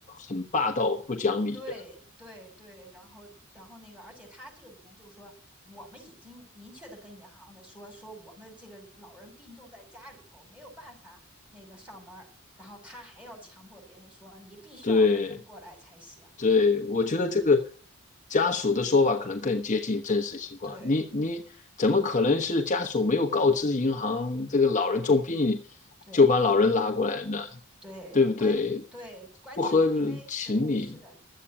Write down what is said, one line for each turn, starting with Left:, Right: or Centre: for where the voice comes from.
Left: 很霸道不讲理的，
Centre: 对对对，然后然后那个，而且他这个里面就说，我们已经明确的跟银行的说，说我们这个老人病重在家里头，没有办法那个上门儿，然后他还要强迫别人说，你必须要本人过来才行。
Left: 对，对，我觉得这个家属的说法可能更接近真实情况。
Centre: 对
Left: 你你怎么可能是家属没有告知银行这个老人重病，
Centre: 对对
Left: 就把老人拉过来呢？
Centre: 对，
Left: 对不对？
Centre: 关对关键是因为对是的，
Left: 不合情理。